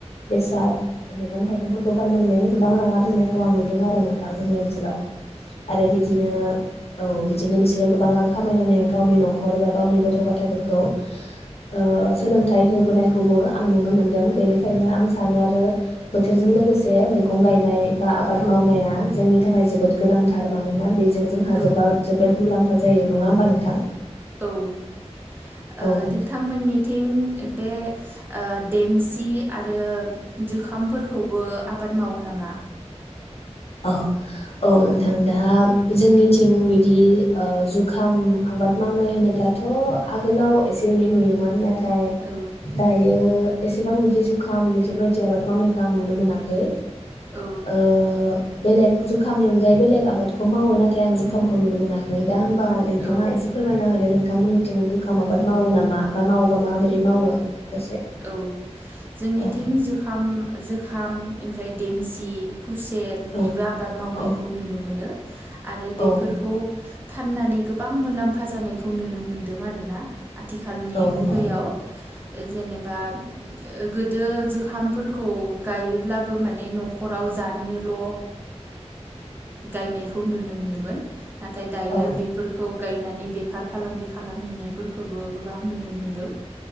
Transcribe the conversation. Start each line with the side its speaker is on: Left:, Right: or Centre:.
Left: बेसाद मैगं थाइगंफोरखौ फाननानै गोबां रां आरजिनायखौ आं नुदों आरो नोंथां जोंनि ओनसोलाव। आरो बिदिनो औ बिदिनो बिसोरो गोबां रां खामायनानै गावनि नखर एबा गावनि गथ गथायाइफोरखौ ओ सोलोंथाइ होबोनायखौबो आं नुनो मोनदों बेनिखायनो आं सानो आरो बोथोरजों लोगोसे मैगं गायनाय बा आबाद
Right: औ
Left: मावनाया जोंनि थाखाय जोबोद गोनांथार मानोना बेजों जोंहा
Right: औ
Left: जोबा जोबोद मुलाम्फा जायो नङा होमबा नोंथां
Right: औ ओ
Left: औ
Right: दोंथांमोननिथिं बे ओ देमसि आरो जुखामफोरखौबो आबाद मावो नामा
Left: औ औ नोंथां दा जोंनिथिं बिदि ओ जुखाम आबाद मावनाय होनोब्लाथ आगोलाव एसे एनै नुयोमोन थाय
Right: औ
Left: दायो एसेबां बिदि जुखाम बेफोरबायदि आबाद मावनायखौ आं नुनो मोनाखै
Right: औ
Left: ओ बेलेग जुखामनि अनगायै बेलेग आबादखौ मावो नाथाय आं जुखामखौ नुनो मोनाखै दा होमबा आं नोंथांङा
Right: औ
Left: एसे फोरमायना होदो नों थां मोननिथिं जुखाम आबाद मावो नामा बा मावोबा माबोरै मावो। एसे
Right: औ जोंनिथिं
Left: औ
Right: जुखाम जोखाम ओमफ्राय देमसि खुसेरनिबो
Left: औ
Right: आबाद मावनायखौ
Left: औ
Right: नुनो मोनो। आरो बेफोरखौ
Left: औ
Right: फाननानै गोबां मुलाम्फा जानायखौ नुनो मोन्दों आरो ना आथिखालनि
Left: औ
Right: मुगायाव जेने आब गोदो जोखामफोरखौ गायोब्लाबो माने न' न'खराव जानोल' गायनायखौ नुनो मोनोमोन नाथाय दायो
Left: औ
Right: बेफोरखौ गाय हैनानै बेफार फालांगि खालामहैनाय फोरखौबो गोबां नुनो मोनदों।